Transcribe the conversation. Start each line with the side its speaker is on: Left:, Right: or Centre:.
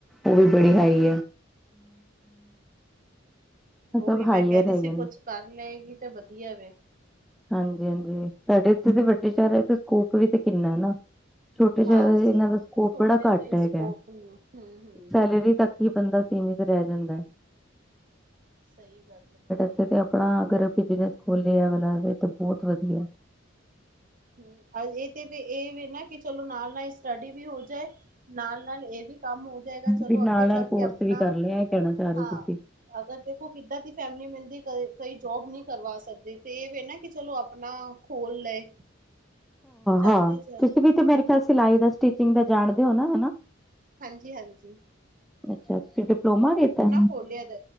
Centre: ਉਹ ਵੀ ਬੜੀ ਹਾਈ ਹੈ।
Right: ਉਹੀ
Centre: ਸਭ
Right: ਮੈਂ
Centre: ਹਾਈਅਰ
Right: ਕਹਿ ਰਹੀ
Centre: ਹੈਗੇ
Right: ਸੀ,
Centre: ਨੇ
Right: ਕੁਛ ਕਰ ਲਏਗੀ ਤੇ ਵਧੀਆ ਵੇ।
Centre: ਹਾਂਜੀ-ਹਾਂਜੀ, ਸਾਡੇ ਇੱਥੇ ਦੇ ਵੱਡੇ ਸ਼ਹਿਰਾਂ ਚ, ਸਕੋਪ ਵੀ ਤੇ ਕਿੰਨਾ ਨਾ। ਛੋਟੇ ਸ਼ਹਿਰਾਂ
Right: ਹਾਂ ਉਹ ਸਹੀ
Centre: ਚ, ਇਹਨਾਂ ਦਾ ਸਕੋਪ
Right: ਗੱਲ, ਛੋਟੇ
Centre: ਬੜਾ ਘੱਟ
Right: ਤੇ
Centre: ਹੈਗਾ,
Right: ਸਕੋਪ ਨੀ ਹੂੰ-ਹੂੰ
Centre: ਸੈਲਰੀ ਤੱਕ ਹੀ ਬੰਦਾ, ਸੀਮਿਤ ਰਹਿ ਜਾਂਦਾ ਹੈ।
Right: ਸਹੀ ਗੱਲ ਹੈ।
Centre: ਜੇ ਤੇ, ਆਪਣਾ ਅਗਰ, ਬਿਜਨਸ ਖੋਲਿਆ ਐ ਵਾਲਾ, ਤਾਂ ਬਹੁਤ ਵਧੀਆ।
Right: ਹਮ, ਇਹ ਤੇ ਵੀ, ਇਹ ਵੇ ਨਾ ਕਿ ਚਲੋ, ਨਾਲ-ਨਾਲ ਸਟੱਡੀ ਵੀ ਹੋ ਜਾਏ। ਨਾਲ-ਨਾਲ, ਇਹ ਵੀ ਕੰਮ ਹੋ ਜਾਏਗਾ, ਚਲੋ
Centre: ਵੀ
Right: ਅੱਗੇ
Centre: ਨਾਲ
Right: ਚੱਲ
Centre: ਨਾਲ ਕੋਰਸ
Right: ਕੇ ਆਪਣਾ
Centre: ਵੀ ਕਰ ਲਿਆ ਇਹ ਕਹਿਣਾ ਚਾਹ ਰਹੇ
Right: ਹਾਂ
Centre: ਹੋ ਤੁਸੀਂ
Right: ਅਗਰ ਦੇਖੋ, ਕਿੱਦਾਂ ਦੀ ਫੈਮਿਲੀ ਮਿਲਦੀ ਕ, ਕਈ ਜੋਬ ਨਹੀਂ ਕਰਵਾ ਸਕਦੇ, ਤੇ ਇਹ ਵੇ ਨਾ ਕਿ ਚਲੋ ਆਪਣਾ ਖੋਲ੍ਹ ਲਏ ਚੱਲ
Centre: ਹਾਂ,
Right: ਤੇ ਜਾ
Centre: ਤੁਸੀਂ ਵੀ ਮੇਰੇ ਖਿਆਲ ਸਿਲਾਈ ਦਾ ਸਟਿਚਿੰਗ ਦਾ ਜਾਣਦੇ ਹੋ ਨਾ, ਹੈਨਾ?
Right: ਹਾਂਜੀ -ਹਾਂਜੀ।
Centre: ਅੱਛਾ, ਤੁਸੀਂ ਡਿਪਲੋਮਾ ਕੀਤਾ?
Right: ਖੋਲਿਆ ਦਾ